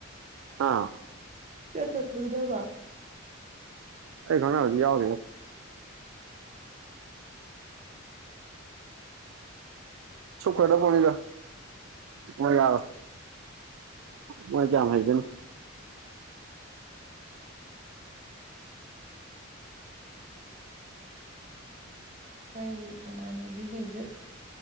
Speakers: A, on the right (about 80°); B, on the right (about 35°).
A: ꯍꯨꯝ
B: ꯆ ꯀꯛ ꯈꯪꯗꯕ
A: ꯑꯩ ꯈꯅꯥ ꯍꯧꯖꯤ ꯌꯥꯎꯗꯤꯗ ꯁꯨꯛ ꯈꯣꯏꯗ ꯐꯅꯤꯗ ꯃꯣꯏ ꯌꯥꯔꯣꯏ ꯃꯣꯏ ꯀꯌꯥꯝ ꯍꯥꯏꯒꯦꯅ
B: ꯑꯩꯈꯣꯏꯒꯤ ꯏꯃꯥꯟꯅꯕꯤꯈꯩꯁꯨ